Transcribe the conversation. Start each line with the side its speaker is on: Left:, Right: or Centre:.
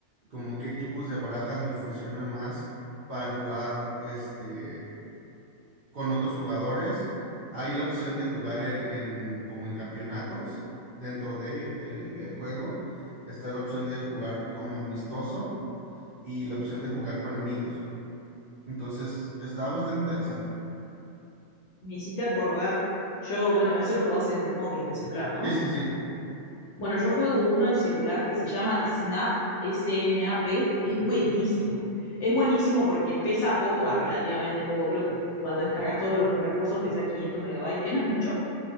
Right: como qué tipos de barajas me funcionan más para jugar este, con otros jugadores. Hay la opción de jugar en, en- como en campeonatos dentro de el el juego. Está la opción de jugar como amistoso y la opción de jugar con amigos. Entonces, está bastante interesante.
Left: Me hiciste acordar, yo, bueno, eso lo jugás en móvil, en celular, ¿no?
Right: Sí, sí, sí.
Left: Bueno, yo juego uno en celular que se llama Snap, S-N-A-P, es buenísimo. Es buenísimo porque pesa poco, va, relativamente poco. Creo que cuando descargas todos los recursos pesa 500 megabytes, que no es mucho,